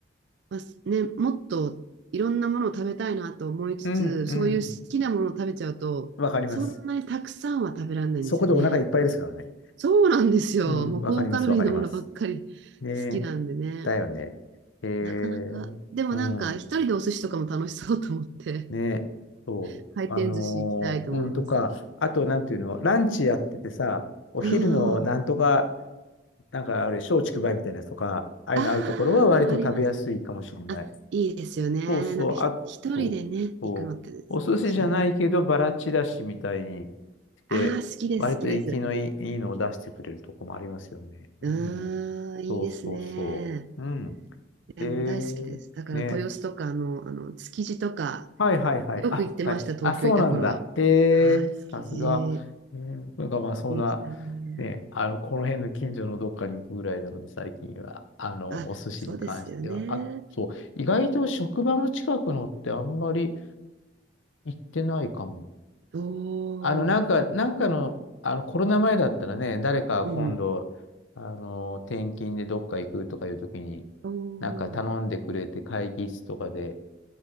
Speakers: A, on the right (about 60°); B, on the left (about 85°).
A: まあすね、もっといろんなものを食べたいなと思いつつ、
B: うん、うん。
A: そういう好きなものを食べちゃうと、
B: わかります。
A: そんなにたくさんは食べられないんですよね。
B: そこでお腹いっぱいですからね。
A: そうなんですよ。
B: うん、
A: もう高カロリーのものばっかり
B: わかります、わかります。ねえ、
A: 好きなんでね。
B: だよね。えー、
A: なかなか、でもなんか、
B: うん、
A: 一人でお寿司とかも楽しそうと思って、
B: ねえ、そう。
A: <laughs> 回転寿司行きたいと思います。
B: あのーうん、とか、あと、なんていうの、ランチやっててさ、お昼のなんとか、
A: あー
B: なんかあれ、松竹梅みたいなやつとか、ああいうのあるところは割と食べやすいかもしれない。
A: ああ、あります。あ、いいですよね。
B: そうそう、
A: なんかひ、
B: あと、
A: 一人でね、
B: そう、
A: 行くのって
B: お寿司じゃないけど、
A: 幸せ。
B: バラちらしみたいにして、
A: ああ、好きです、
B: 割と生きのいい、
A: 好きです。
B: いいのを出してくれるとこもありますよね。
A: うーん、
B: うん、
A: いいですね。
B: そうそうそう。うん。
A: いや、
B: えー、
A: もう大好きです。だから、
B: ね。
A: 豊洲とかの、あの、築地とか、
B: はいはいはい。
A: よく行ってました、
B: あ、聞かれる。
A: 東京いた頃は。
B: あ、そうなんだ。へ
A: ああ、
B: え、さすが。
A: 築地、
B: えーなんかまあ、そんな、
A: 好きでしたね。
B: ね、あの、この辺の近所のどっかに行くぐらいなので、最近は、あの、
A: あ、
B: お寿司に関しては。
A: そうですよね。
B: あ、そう、意外と職場の近くのってあんまり行ってないかも。
A: お
B: あの、なんか、
A: ー。
B: なんかの、あの、コロナ前だったらね、誰か今度、
A: うんうん
B: あの、転勤でどっか行くとかいう時に、
A: お
B: なんか頼んでくれて会議室とかで、
A: ー、